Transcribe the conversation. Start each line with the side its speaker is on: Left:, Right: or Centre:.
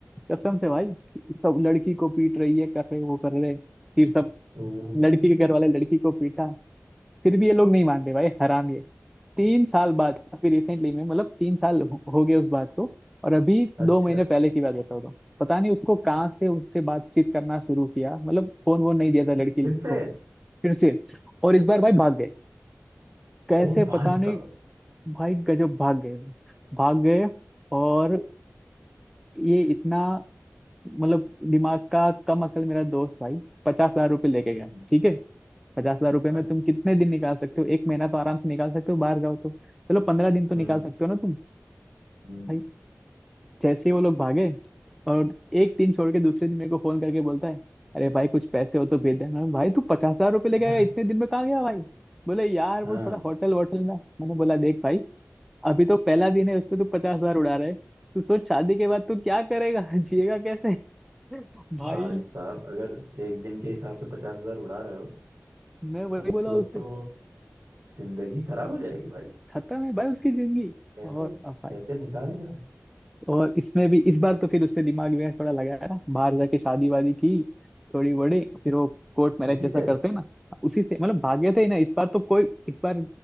Centre: कसम से भाई सब लड़की को पीट रही है कर रहे वो कर रहे फिर सब
Right: ओ
Centre: लड़की
Right: भाई
Centre: के घर वाले लड़की को पीटा फिर भी ये लोग नहीं मान रहे भाई हराम तीन साल बाद अभी रिसेंटली में मतलब तीन साल हो हो गए उस बात को और अभी
Right: अच्छा
Centre: दो महीने पहले की बात बता रहा हूँ पता नहीं उसको कहाँ से उससे बातचीत करना शुरू किया मतलब फोन वोन नहीं दिया था लड़की
Right: फिर से
Centre: को फिर से और इस बार भाई भाग गए कैसे
Right: ओ
Centre: पता
Right: भाई
Centre: नहीं
Right: साहब
Centre: भाई गजब भाग गए भाई भाग गए और ये इतना मतलब दिमाग का कम अकल मेरा दोस्त भाई पचास हजार रुपये लेके गया
Right: हम्म,
Centre: ठीक है पचास हजार रुपये
Right: अच्छा
Centre: में तुम कितने दिन निकाल सकते हो एक महीना तो आराम से निकाल सकते हो बाहर जाओ तो चलो पंद्रह दिन तो निकाल
Right: हम्म
Centre: सकते हो ना तुम
Right: हम्म
Centre: भाई। जैसे ही वो लोग भागे और एक दिन छोड़ के दूसरे दिन मेरे को फोन करके बोलता है अरे भाई कुछ पैसे हो तो भेज देना मैंने, भाई तू पचास हजार रुपये लेके
Right: यार
Centre: आया इतने दिन में कहाँ गया भाई बोले यार वो
Right: हाँ
Centre: थोड़ा होटल वोटल में मैंने बोला देख भाई अभी तो पहला दिन है उसमें तू पचास हजार उड़ा रहा है तू सोच शादी के बाद तू क्या करेगा <laughs> जिएगा कैसे <laughs> भाई
Right: भाई साहब अगर एक दिन के हिसाब से पचास हजार उड़ा रहे हो
Centre: मैं वही
Right: तो
Centre: बोला
Right: मतलब
Centre: उसे
Right: तो जिंदगी खराब हो जाएगी भाई
Centre: खत्म है भाई उसकी जिंदगी
Right: कैसे
Centre: और अब भाई
Right: कैसे निकालेगा
Centre: और इसमें भी इस बार तो फिर उससे दिमाग वगैरह थोड़ा लगाया ना बाहर जाके शादी वादी की थोड़ी बड़ी फिर वो कोर्ट मैरिज
Right: उसी
Centre: जैसा
Right: से
Centre: करते हैं ना उसी से मतलब भागे थे ना इस बार तो कोई इस बार